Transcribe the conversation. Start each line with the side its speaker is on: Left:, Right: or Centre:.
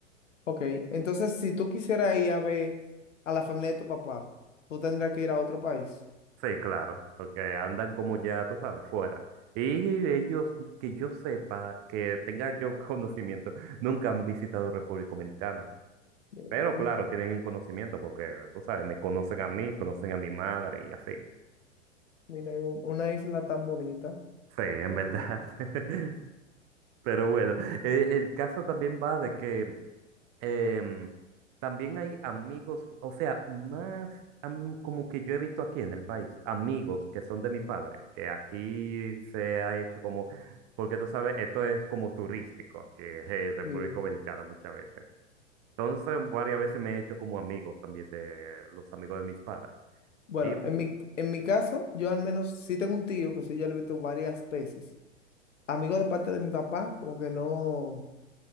Left: Ok, entonces si tú quisieras ir a ver a la familia de tu papá, tú tendrías que ir a otro país.
Right: Sí, claro, porque andan como ya, tú sabes, fuera. Y ellos, que yo sepa, que tenga yo <laughs> conocimiento, nunca han visitado República Dominicana.
Left: Mira,
Right: Pero
Left: una,
Right: claro, tienen el conocimiento, porque tú sabes, me conocen a mí, conocen a mi madre y así.
Left: mira, hay un- una isla tan bonita.
Right: Sí, en
Left: Vale.
Right: verdad. <laughs> Pero bueno, eh, el caso también va de que em, también hay amigos, o sea, más am- como que yo he visto aquí en el país, amigos que son de mi padre, que aquí se ha hecho como, porque tú sabes, esto es como turístico, que es eh, República
Left: Y,
Right: Dominicana muchas veces. Entonces, varias veces me he hecho como amigos también de los amigos de mis padres.
Left: Bueno,
Right: Y bu-
Left: en mi, en mi caso, yo al menos sí tengo un tío que sí, yo lo he visto varias veces. Amigo de parte de mi papá, como que no...